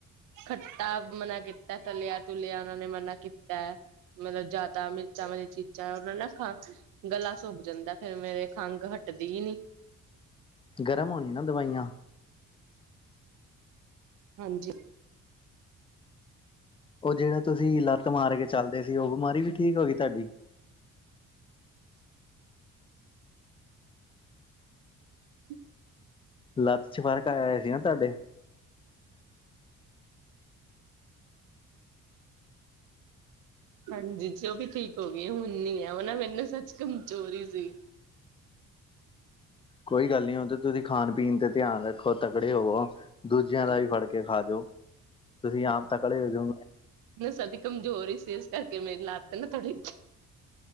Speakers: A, on the right (about 85°); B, on the left (about 20°).
A: ਖੱਟਾ ਮਨਾ ਕੀਤਾ ਤਲਿਆ-ਤੁਲਿਆ ਉਹਨਾਂ ਨੇ ਮਨਾ ਕੀਤਾ ਮਤਲਬ ਜ਼ਿਆਦਾ ਮਿਰਚਾਂ ਵਾਲੀਆਂ ਚੀਜ਼ਾਂ ਉਹਨਾਂ ਨਾ ਖਾ ਗਲਾ ਸੁਖ ਜਾਂਦਾ ਫੇਰ ਮੇਰੇ ਖੰਘ ਹਟਦੀ ਹੀ ਨਹੀਂ
B: ਗਰਮ ਹੋਣੀ ਨਾ ਦਵਾਈਆਂ
A: ਹਾਂਜੀ।
B: ਉਹ ਜਿਹੜਾ ਤੁਸੀਂ ਲੱਤ ਮਾਰ ਕੇ ਚੱਲਦੇ ਸੀ, ਉਹ ਬਿਮਾਰੀ ਵੀ ਠੀਕ ਹੋ ਗਈ। ਤੁਹਾਡੀ
A: <inaudible>
B: ਲੱਤ ਚ ਫ਼ਰਕ ਆਇਆ ਹੋਆ ਸੀ ਨਾ ਤੁਹਾਡੇ
A: ਹਾਂਜੀ ਜੀ ਉਹ ਵੀ ਠੀਕ ਹੋ ਗਈ, ਹੁਣ ਨਹੀਂ ਹੈ, ਨਾ ਮੇਂਨੂ ਸੱਚ ਕਮਜ਼ੋਰੀ ਸੀ
B: ਕੋਈ ਗੱਲ ਨਹੀਂ ਹੁਨ ਨਾ, ਤੁਸੀਂ ਖਾਣ-ਪੀਣ ਤੇ ਧਿਆਨ ਰੱਖੋ ਤਕੜੇ ਹੋਵੋ। ਦੂਜਿਆਂ
A: ਹਾਂਜੀ
B: ਦਾ ਵੀ ਫੜ ਕੇ ਖਾ ਜੋਓ, ਤੁਸੀਂ ਆਪ ਤਕੜੇ ਹੋ ਜਾੋ
A: ਸਦੀ ਕਮਜ਼ੋਰ ਹੀ ਸੀ, ਇਸ ਕਰਕੇ ਮੇਰੀ ਲਾਤ ਨਾ ਥੋੜ੍ਹੀ